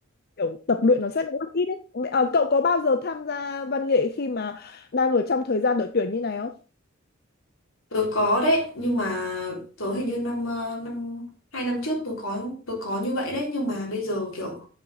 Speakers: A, on the left; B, on the left.
A: kiểu tập luyện nó sẽ rất ít đấy. Ờ, cậu có bao giờ tham gia văn nghệ khi mà đang ở trong thời gian đội tuyển như này không?
B: Tớ có đấy, nhưng mà tớ hình như năm ờ, năm hai năm trước tớ có tớ có như vậy đấy, nhưng mà bây giờ kiểu